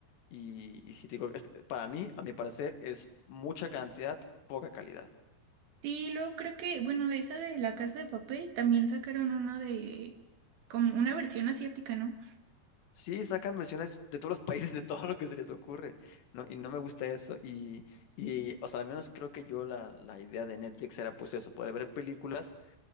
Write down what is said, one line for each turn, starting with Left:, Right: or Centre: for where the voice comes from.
Left: y, y si te digo, este, para mí, a mi parecer, es mucha cantidad, poca calidad.
Right: Sí, luego creo que, bueno, de esa de La Casa de Papel también sacaron una de, como una versión asiática, ¿no?
Left: Sí, sacan versiones de todos los <laughs> países, de todo lo que se les ocurre, ¿no? Y no me gusta eso. Y, y o sea, al menos creo que yo la, la idea de Netflix era pues eso, poder ver películas